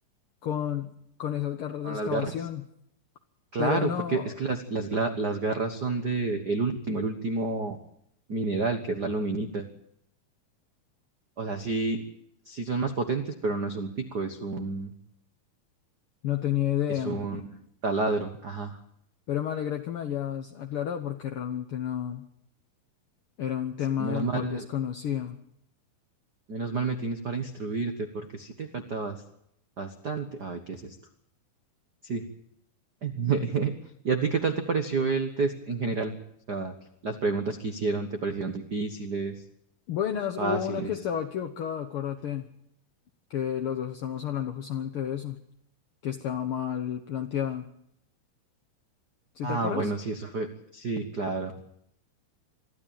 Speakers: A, on the left; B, on the right.
A: con, con esas garras
B: Con
A: de excavación,
B: las garras. Claro,
A: pero no,
B: porque es que las, las, gla- las garras son de el último, el último mineral, que es la luminita. O sea, sí, sí son más potentes, pero no es un pico, es un,
A: no tenía idea.
B: es un taladro. Ajá.
A: Pero me alegra que me hayas aclarado porque realmente no era un
B: Sí,
A: tema
B: menos
A: del
B: mal,
A: cual desconocía.
B: Menos mal me tienes para instruirte, porque sí te faltabas bastante. Ay, ¿qué es esto? Sí. <laughs> ¿Y a ti qué tal te pareció el test en general? O sea, las preguntas que hicieron, ¿te parecieron difíciles,
A: Buenas,
B: fáciles?
A: hubo una que estaba equivocada, acuérdate que los dos estamos hablando justamente de eso, que estaba mal planteada. ¿Sí
B: Ah,
A: te acuerdas?
B: bueno, sí, eso fue. Sí, claro.